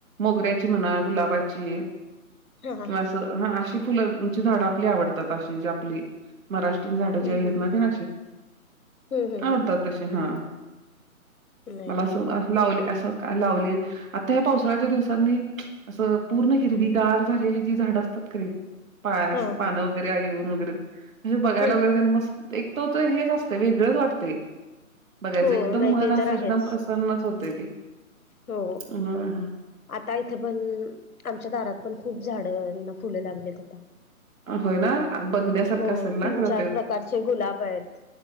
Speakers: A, on the right (about 65°); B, on the left (about 75°).
A: मोगऱ्याची म्हणा, गुलाबाची,
B: हा हा
A: किंवा असं हा आशी फुलाची झाडं आपली आवडतात आशी जी आपली महाराष्ट्रीन झाडं जे
B: हम्
A: आहेत
B: हम
A: ना
B: हम
A: तेन आशी
B: हम्म हम्म
A: आवडतात तशे हा.
B: हम् नाही
A: मला
B: ठीक
A: आसं
B: आहे
A: असं लावले आसं लावले आता ह्या पावसाळ्याच्या दिवसातनी असं पूर्ण हिरवीगार झालेली जी झाडं असतात का नाही? पा आसं
B: हा
A: पानं वगैरे येऊन वगैरे असे बघायला
B: हम्
A: वगैरे तेन मस एक तो त हेच आसतय वेगळंच वाटतंय, बघायचं
B: हो
A: एकदम
B: नाही
A: मन
B: ते
A: आसं
B: तर
A: एकदम
B: आहेच
A: प्रस न्नच होतय ते.
B: हो.
A: हम्म.
B: आता इथ पण आमच्या दारात पण खूप झाडना फुलं लागलेत आता.
A: होय ना? बघण्यासारखं
B: हो
A: असेल ना
B: तीन
A: खरं
B: चार प्रकारचे गुलाब आहेत,